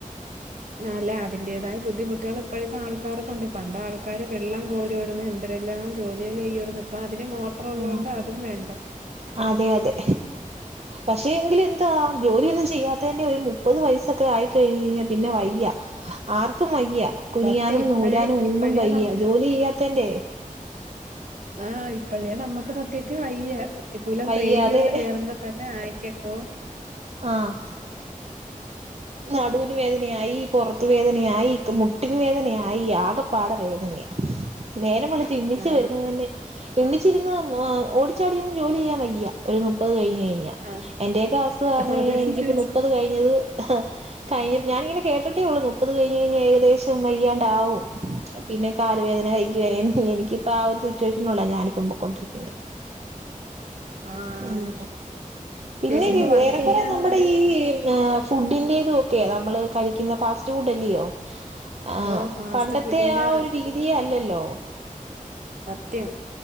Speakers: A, on the right; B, on the right.
A: അല്ല അതിന്റേതായ ബുദ്ധിമുട്ടുകള് ഇപ്പോഴത്തെ ആൾക്കാർക്കുണ്ട് പണ്ട ആൾക്കാര് വെള്ളം കോരുരാന്ന് എ- ന്തെല്ലാം ജോലികൾ ചെയ്യുവായിരുന്നു ഇപ്പൊ അതിനും മോട്ടർ ഉള്ളോണ്ട്
B: ആ ആ
A: അതും വേണ്ട
B: അതെ അതെ പക്ഷെ എങ്കിലു എന്താ ജോലിയൊന്നും ചെയ്യാതെ ന്റെ ഒരു മുപ്പത് വയസൊക്കെ ആയിക്കഴിഞ്ഞാ പിന്നെ വയ്യ ആർക്കും വയ്യ കുനിയാനും
A: സത്യം ഇപ്പഴേ
B: നൂരാനും ഒന്നും
A: ഇപ്പഴേ
B: വയ്യ
A: നം
B: ജോലി ചെയ്യാത്തന്റെ
A: ആഹ ഇപ്പഴേ നമ്മക്ക് സത്യത്തി വയ്യ വൃത്തിക്കൂലം
B: വയ്യാതെ
A: തേരിയ ഒന്ന് കേറുമ്പ ത്തന്നെ ആയിക്കക്കോ
B: ആഹ നടുവിന് വേദന നയായി പുറത്ത് വേദനയായി പ്പം മുട്ടിന് വേദനയായി ആകപ്പാട വേദനയ നേരം വെളുത്ത് ഇന്നിച്ച്
A: ആ
B: വരുന്നത് തന്നെ ഇണ്ണിച്ചിരുന്ന് ഓടിച്ചാടിന്നും ജോലി ചെയ്യാൻ വയ്യ ഒരു നുപ്പത് കഴിഞ് കഴിഞ്ഞ
A: ആ
B: എന്റെയൊക്കെ അവസ്ഥ പറഞ്
A: അത്
B: കഴിഞ്ഞാൽ
A: തന്നെ
B: എനിക്കിപ്പോ
A: ചേച്ചി
B: നുപ്പത് കഴിഞ്ഞത് കഴിഞ്ഞപ്പ ഞാനിങ്ങനെ കേട്ടിട്ടേ ഉള്ളൂ മുപ്പത് കഴിഞ്ഞ് കഴിഞ്ഞാൽ ഏകദേശം വയ്യാണ്ടാവും പിന്നെ കാല് വേദന കൈക്ക് വേദന എനിക്കിപ്പ ആഹ ഒരു സിറ്റുവേഷനുള്ളെ ഞാനിപ്പം പൊക്കൊണ്ടിരിക്കുന്നത്.
A: ആ
B: ഉം പിന്നെ
A: ചേച്ചി ഇപ്പൊ വർക്ക്
B: ഏറെക്കുറെ
A: ചെയ്യാണോ
B: നമ്മുടെ
A: അതെ
B: ഈ ഫുഡിന്റെതൊക്കെയ നമ്മള് കഴിക്കുന്ന ഫാസ്റ്റ് ഫുഡ് അല്ലയോ ആഹ
A: ഓ ഫാസ്റ്റ്
B: പണ്ടത്തെ
A: ഫുഡിന്റെ
B: ആ ഒരു രീതിയെ അല്ലല്ലോ
A: സത്യം